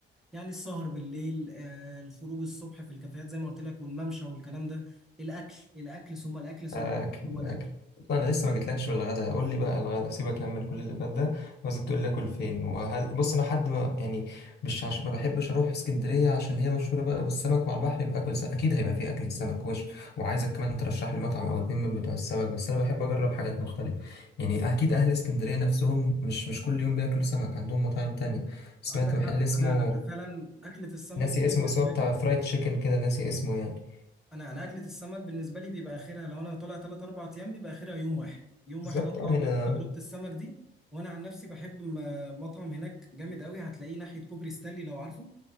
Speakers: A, in the centre; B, on the left.
A: يعني السهر بالليل آه الخروج الصبح في الكافيهات زي ما قلت لك والممشى والكلام ده الاكل الاكل ثم الاكل ثم
B: اكل
A: ثم الاكل
B: اكل طب انا لسه ما جيتلكش في الغدا قول لي بقى الغدا سيبك يا عم من كل اللي فات ده عاوزك تقول لي اكل فين وهل بص انا حد ما يعني مش عش... ما بحبش اروح اسكندريه عشان هي مشهوره بقى بالسمك وعلى البحر يبقى اكل سمك اكيد هيبقى فيه اكله سمك وش وعايزك كمان ترشح لي مطعم او اتنين من بتوع السمك بس انا بحب اجرب حاجات مختلفه يعني اكيد اهل اسكندريه نفسهم مش مش كل يوم بياكلوا سمك عندهم مطاعم تانية سمعت
A: عندك
B: محل
A: حق
B: اسمه
A: انا انا فعلا اكله السمك
B: ناسي
A: دي بالنسبه
B: اسمه بس هو بتاع
A: لي
B: فرايد تشيكن كده ناسي اسمه يعني
A: انا انا اكله السمك بالنسبه لي بيبقى اخرها لو انا طالع 3 4 ايام بيبقى اخرها يوم واحد يوم
B: بالظبط
A: واحد اطلع
B: اه هنا
A: اعمل فيه تجربه السمك دي وانا عن نفسي بحب م- مطعم هناك جامد قوي هتلاقيه ناحيه كوبري ستانلي لو عارفه